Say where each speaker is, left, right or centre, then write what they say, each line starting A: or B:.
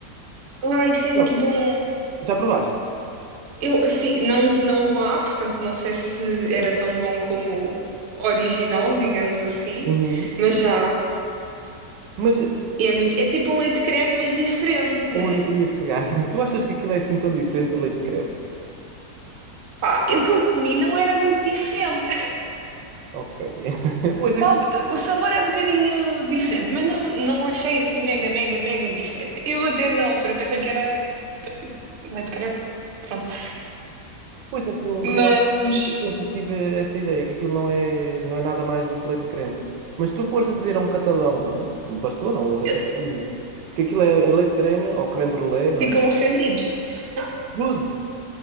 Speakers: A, on the right; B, on the right.
A: Ah, isso é muito
B: Não.
A: bom.
B: Já provaste?
A: Eu, assim, não, não há, portanto, não sei se era tão bom como o original, digamos assim,
B: Uhum.
A: mas já.
B: Mas eh,
A: E É muito, é tipo um leite creme, mas diferente,
B: aonde
A: né?
B: eu queria chegar? <laughs> Tu achas que aquilo é assim tão diferente do leite creme?
A: Pá, o que eu comi não era muito diferente.
B: Ok. <laughs> Pois é
A: Talvez-
B: que,
A: o sabor é um bocadinho diferente, mas não, não achei assim mega, mega, mega diferente. Eu até na altura pensei que era leite de creme, pronto.
B: pois é que eu realmente
A: Mas
B: sempre tive essa ideia, que aquilo não é, não é nada mais do que leite creme. Mas se tu fores a dizer a um catalão de Barcelona ou da
A: eh,
B: Catalunha que aquilo é, é leite creme ou creme brulee, não
A: ficam
B: é?
A: ofendidos. Ah,
B: Cruzes.